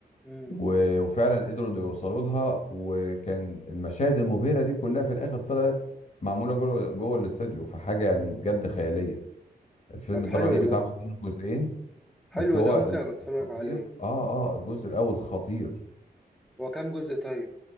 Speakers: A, in the centre; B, on the left.
A: امم
B: و- وفعلا قدروا إنه يوصلوا لها وكان المشاهد المبهرة دي كلها في الآخر طلعت معمولة جوه جوه الاستوديو فحاجة يعني بجد خيالية الفيلم
A: طب حلو
B: ده رهيب اتعمل
A: ده
B: منه جزئين
A: حلو
B: بس هو
A: ده ممكن ابقى اتفرج
B: الخطير
A: عليه
B: اه اه الجزء الأول خطير
A: هو كام جزء طيب